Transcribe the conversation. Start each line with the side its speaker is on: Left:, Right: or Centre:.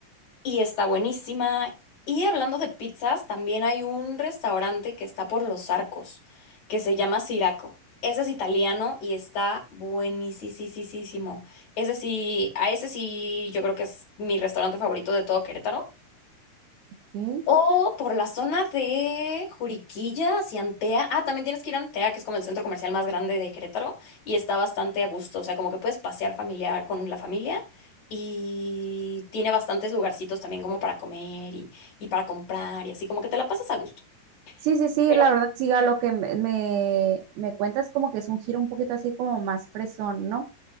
Left: y está buenísima. Y hablando de pizzas, también hay un restaurante que está por Los Arcos, que se llama Siraco. Ese es italiano y está buenísimo. Ese sí, a ese sí, yo creo que es mi restaurante favorito de todo Querétaro.
Right: ok.
Left: O por la zona de Juriquilla hacia Antea. Ah, también tienes que ir a Antea, que es como el centro comercial más grande de Querétaro, y está bastante a gusto. O sea, como que puedes pasear familiar con la familia y tiene bastantes lugarcitos también como para comer y, y para comprar y así, como que te la pasas a gusto.
Right: Sí, sí, sí,
Left: Pero,
Right: la verdad, sí, a lo que me, me me cuentas como que es un giro un poquito así como más fresón, ¿no?